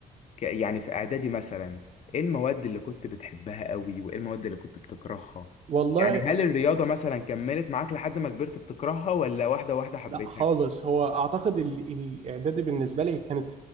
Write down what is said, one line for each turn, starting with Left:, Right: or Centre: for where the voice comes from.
Left: ك- يعني في اعدادي مثلا ايه المواد اللي كنت بتحبها قوي وايه المواد اللي كنت بتكرهها
Right: والله
Left: يعني هل الرياضة مثلا كملت معاك لحد ما كبرت بتكرهها ولا واحدة واحدة حبيتها
Right: لا خالص هو اعتقد ال- الاعدادي بالنسبه لي كانت